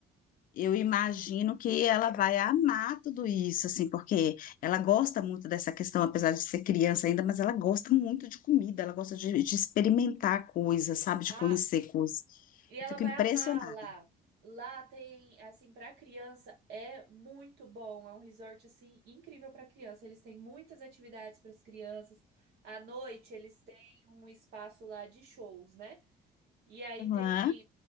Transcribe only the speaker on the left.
eu imagino que ela vai amar tudo isso, assim, porque ela gosta muito dessa questão, apesar de ser criança ainda, mas ela gosta muito de comida, ela gosta de, de experimentar coisas, sabe?
De conhecer coisas.
Eu fico
impressionada.
Aham.